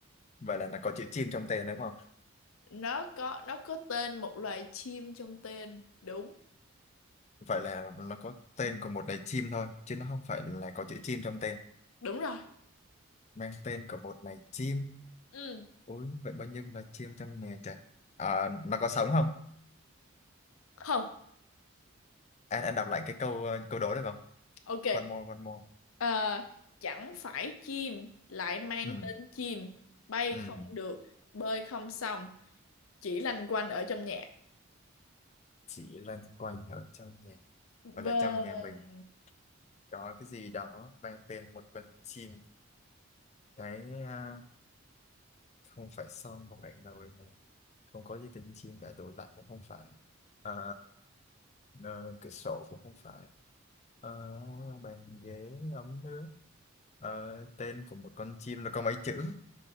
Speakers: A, on the left; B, on the left.
A: Vậy là nó có chữ chim trong tên đúng không?
B: Nó có nó có tên một loài chim trong tên. Đúng,
A: Vậy là nó có tên của một loài chim thôi. Chứ nó không phải là có chữ chim trong tên.
B: đúng rồi.
A: mang tên của một loài chim
B: Ừ.
A: ôi vậy bao nhiêu loài chim trong nhà trời à, nó có sống không
B: Không.
A: anh anh đọc lại cái câu ờ, câu đố được không
B: Ok,
A: one more one more
B: ờ, chẳng phải chim lại mang
A: ừ
B: tên chim, bay
A: ừ
B: không được, bơi không xong, chỉ lanh quanh ở trong nhà.
A: chỉ loanh quanh ở trong nhà
B: Bên
A: hoặc là trong nhà mình có cái gì đó mang tên một con chim cái à, không phải son không phải nồi này không có gì tên chim cả tủ lạnh cũng không phải à, ờ, cửa sổ cũng không phải Ờ, bàn ghế ấm nước Ờ, tên của một con chim nó có mấy chữ